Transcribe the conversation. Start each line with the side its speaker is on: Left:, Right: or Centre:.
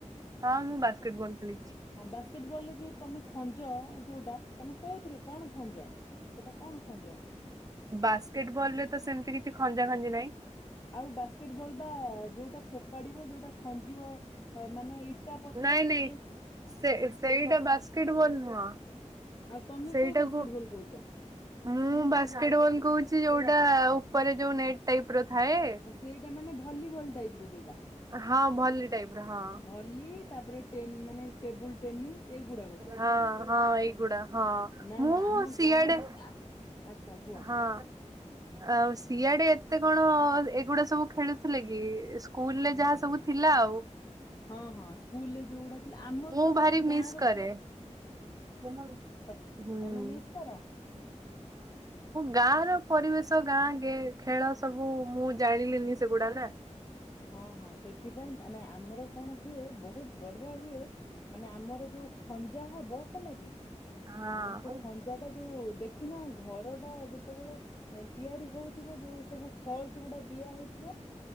Right: ହଁ ମୁଁ ବାସ୍କେଟ ବଲ ଖେଳିଛି
Left: ହଁ ବାସ୍କେଟବଲରେ ଯୋଉ ତମେ ଖଞ୍ଜ ଯୋଉଟା ତମେ କୋଉଥିରେ କଣ ଖଞ୍ଜ ସେଟା କଣ ଖଞ୍ଜ
Right: ବାସ୍କେଟବଲ ରେ ତ ସେମତି କିଛି ଖଞ୍ଜା ଖଞ୍ଜି ନାହିଁ।
Left: ଆଉ ବାସ୍କେଟ ବଲ୍ ବା ଯୋଉଟା ଫୋପାଡିବ ଯୋଉଟା ଖଞ୍ଜିବ ମାନେ ଇଟା ପଥର
Right: ନାଇଁ ନାଇଁ
Left: କିଏ
Right: ସେ
Left: ହଁ
Right: ସେଇଟା ବାସ୍କେଟବଲ ନୁହଁ।
Left: ଆଉ ତମେ
Right: ସେଇଟାକୁ
Left: କୋଉ ବାସ୍କେଟ ବଲ କହୁଛ?
Right: ମୁଁ ବାସ୍କେଟବଲ କହୁଛି ଯୋଉ ଟା ଉପରେ ଯୋଉ ନେଟ୍ ଟାଇପ ର ଥାଏ।
Left: ଆଉ ସେଇଟା ମାନେ ଭଲିବଲ ଟାଇପ ର ଯୋଉଟା।
Right: ହଁ, ଭଲି ଟାଇପ ର ହଁ।
Left: ଭଲି ତାପରେ ଟେ ମାନେ ଟେବୁଲ ଟେନିସ୍ ଏଗୁଡାକ ସବୁ
Right: ହଁ
Left: ତମେ କହୁଛ।
Right: ହଁ ଏଇଗୁଡା ହଁ
Left: ନା
Right: ମୁଁ
Left: ନା ଆମ
Right: ସିଆଡେ
Left: ଗାଁ ର ଆ ଆଚ୍ଛା କୁହ
Right: ହଁ ଆଉ ସିଆଡେ ଏତେ କଣ ଏଗୁଡା ସବୁ ଖେଳୁଥିଲେ କି ସ୍ଲଲରେ
Left: ନା
Right: ଯାହା
Left: ନା
Right: ସବୁ
Left: ନା।
Right: ଥିଲା ଆଉ
Left: ହଁ ହଁ ସ୍କୁଲରେ ଯୋଉଗୁଡା ଥିଲା ଆମର
Right: ମୋ
Left: ତ ମାନେ
Right: ଭାରି ମିସ
Left: ଗାଁ ର
Right: କରେ।
Left: ପୁରା
Right: ହଁ
Left: ତ
Right: ମୁଁ
Left: ତମେ ମିସ୍ କର?
Right: ଗାଁ ର ପରିବେଶ ଗାଁ ଗେ ଖେଳ ସବୁ ମୁଁ ଜାଣିଲିନି ସେଗୁଡାକ <unintelligible>
Left: ହଁ ହଁ ସେଥିପାଇଁ ମାନେ ଆମର କଣ ହୁଏ ବହୁତ ବଢିଆ ହୁଏ ମାନେ ଆମର ଯୋଉ ଯୋଉ ଖଞ୍ଜା ହବ ହେଲା କି
Right: ହଁ
Left: ଆମ ସେ ଖଞ୍ଜା ଟା ଯୋଉ ଦେଖିନ ଘର ଟା ଯି ସେତେବେଳେ ତିଆରି ହଉଥିବ ଯୋଉ ସବୁ ଫଲସ ଗୁଡା ଦିଆ ହେଇଥିବ